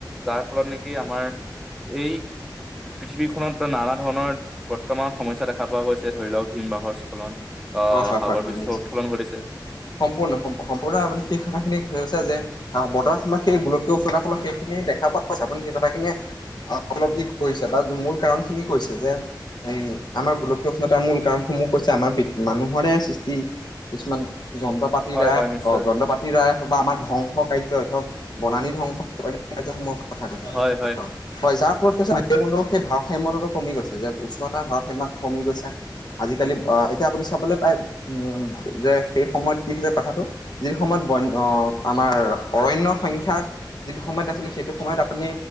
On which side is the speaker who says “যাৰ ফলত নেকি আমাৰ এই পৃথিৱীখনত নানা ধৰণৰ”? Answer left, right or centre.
Centre